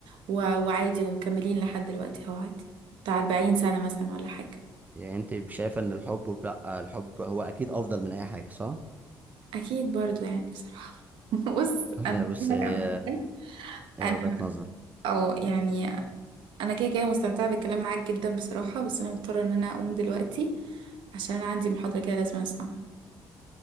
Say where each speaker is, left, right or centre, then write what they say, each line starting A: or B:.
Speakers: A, on the right; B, on the right.
A: و... وعادي ومكملين لحد دلوقتي هو عادي بتاع أربعين سنة مثلا ولا حاجة
B: يعني انت شايفه ان الحب لا الحب هو اكيد افضل من اي حاجه صح
A: أكيد برضو يعني بصراحة <laughs> بص
B: <laughs>
A: أنا
B: لا بس
A: بقول لك
B: هي
A: على حاجة
B: هي
A: أنا
B: وجهه نظر
A: أه يعني أنا كده كده مستمتعة بالكلام معاك جدا بصراحة بس أنا مضطرة إن أنا أقوم دلوقتي عشان أنا عندي محاضرة كده لازم أسمعها